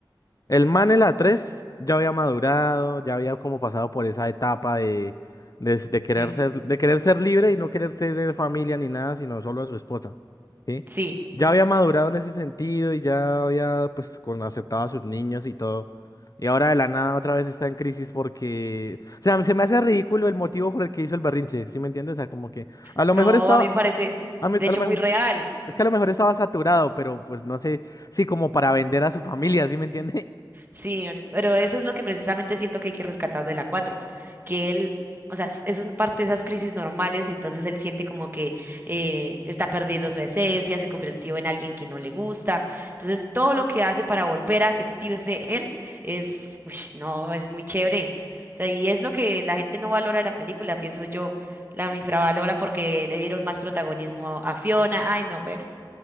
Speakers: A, on the left; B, on the right.
A: El man en la 3 ya había madurado, ya había como pasado por esa etapa de, de, de querer
B: eh,
A: ser, de querer ser libre y no querer tener familia ni nada, sino solo a su esposa. ¿Sí?
B: sí.
A: Ya había madurado en ese sentido y ya había pues con, aceptado a sus niños y todo. Y ahora de la nada otra vez está en crisis porque, o sea, se me hace ridículo el motivo por el que hizo el berrinche, ¿sí me entiendes? O sea, como que a lo
B: No,
A: mejor estaba,
B: a mí me parece,
A: a, mí-
B: de
A: a
B: hecho,
A: lo mejor,
B: muy real.
A: es que a lo mejor estaba saturado, pero pues no sé, sí, como para vender a su familia, ¿sí me entiendes?
B: Sí, es- pero eso es lo que precisamente siento que hay que rescatar de la 4, que él, o sea, es es un parte de esas crisis normales, entonces él siente como que eh, está perdiendo su esencia, se convirtió en alguien que no le gusta, entonces todo lo que hace para volver a sentirse él es, uish, no, es muy chévere, o sea, y es lo que la gente no valora de la película, pienso yo, la infravaloran porque le dieron más protagonismo a Fiona, ay, no, bueno.